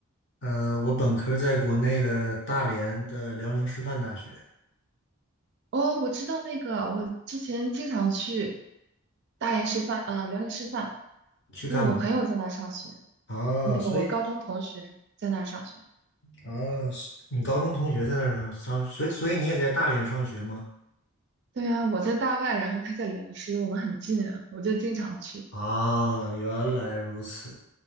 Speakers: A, on the left; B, on the right.
A: 呃，我本科在国内的大连的辽宁师范大学
B: 哦，我知道那个，我之前经常去大连师范啊，辽宁师范，
A: 去干嘛？
B: 因为我朋友在那儿上学，
A: 啊，
B: 那个我高中同学在那儿上学。
A: 所以啊，是你高中同学在那儿上上，所以所以你也在大连上学吗？
B: 对啊，我在大外，然后他在辽师，我们很近啊，我就经常去。
A: 啊，原来如此。